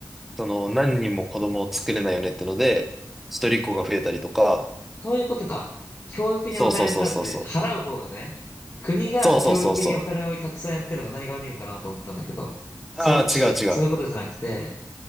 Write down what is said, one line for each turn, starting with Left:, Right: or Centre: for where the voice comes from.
Centre: その、何人も子供を作れないよねってので、一人っ子が増えたりとか、
Left: そういうことか。教育にお金がかかって、
Centre: そうそうそうそうそう。
Left: 払う方がね、国が教育にお金をたくさんやってるのが何が悪いのかなと思ったんだけど、
Centre: そうそうそうそ
Left: そっち、
Centre: う。ああ、違う違う。
Left: そういうことじゃなくて、